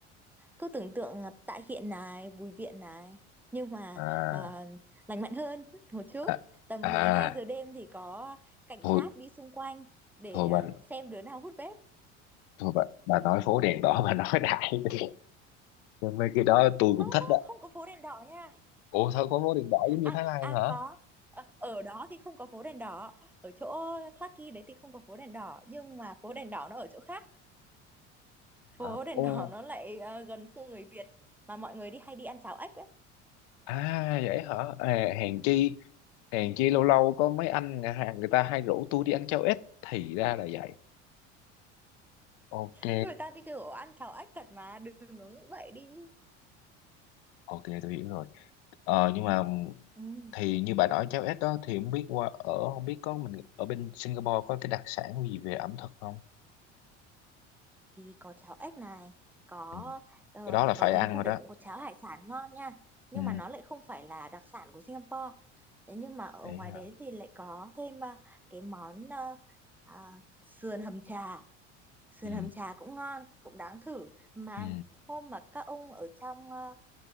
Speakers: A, in the centre; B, on the left.
A: cứ tưởng tượng là tạ hiện này Bùi Viện này nhưng mà
B: À,
A: à, lành mạnh hơn <laughs> một chút
B: à,
A: tầm
B: à,
A: 12 giờ đêm thì có cảnh
B: thôi
A: sát đi xung quanh để
B: thôi
A: à,
B: bà
A: xem đứa nào hút vape
B: thôi bà bà nói phố đèn đỏ bà nói đại đi. Nhưng Mấy cái đó tôi cũng
A: không
B: thích
A: không
B: đó.
A: không có phố đèn đỏ nha
B: Ủa thôi có phố đèn đỏ giống như
A: à
B: Thái Lan
A: à
B: hả?
A: có Ờ, ở đó thì không có phố đèn đỏ ở chỗ Clarky đấy thì không có phố đèn đỏ nhưng mà phố đèn đỏ nó ở chỗ khác phố
B: Hả?
A: đèn
B: Ô,
A: đỏ nó lại ờ, gần khu người Việt mà mọi người đi hay đi ăn cháo ếch ấy
B: à vậy hả? À, hèn chi hèn chi lâu lâu có mấy anh nhà hàng người ta hay rủ tôi đi ăn cháo ếch thì ra là vậy. Ok,
A: <laughs> người ta đi kiểu ăn cháo ếch thật mà đừng có nghĩ vậy đi
B: ok tôi hiểu rồi. Ờ, nhưng mà
A: ừ.
B: thì như bà nói cháo ếch đó thì không biết qua ở không biết có mình ở bên Singapore có cái đặc sản gì về ẩm thực không?
A: thì có cháo ếch này có
B: Ừ.
A: ờ,
B: Cái đó là phải
A: ở gần
B: ăn
A: khu
B: rồi
A: đấy
B: đó.
A: cũng có cháo hải sản ngon nha nhưng
B: Ừ.
A: mà nó lại không phải là đặc sản của Singapore thế nhưng mà ở
B: Đấy
A: ngoài
B: hả?
A: đấy thì lại có thêm à, cái món ờ, à, sườn hầm trà sườn
B: Ừ.
A: hầm trà cũng ngon cũng đáng thử mà
B: Ừ.
A: hôm mà các ông ở trong ờ,